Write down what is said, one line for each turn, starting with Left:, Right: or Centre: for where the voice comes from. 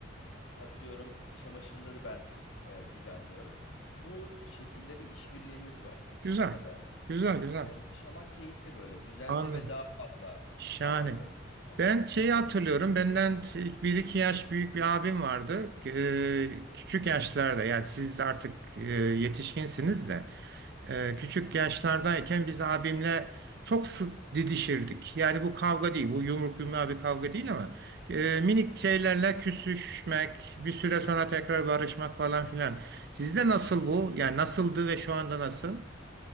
Left: atıyorum çamaşırları ben e, düzenliyorum. Bu şekilde bir işbirliğimiz var ikizimle
Right: Güzel.
Left: beraber.
Right: Güzel, güzel.
Left: Ee, yaşamak keyifli böyle düzenli
Right: Anladım.
Left: ve daha fazla
Right: Şahane.
Left: alan bırakıyoruz kendimize.
Right: Ben şeyi hatırlıyorum. Benden bir iki yaş büyük bir abim vardı. Ee, küçük yaşlarda yani siz artık e, yetişkinsiniz de e, küçük yaşlardayken biz abimle çok sık didişirdik. Yani bu kavga değil. Bu yumruk yumruğa bir kavga değil ama e, minik şeylerle küsüşmek, bir süre sonra tekrar barışmak falan filan. Sizde nasıl bu? Yani nasıldı ve şu anda nasıl?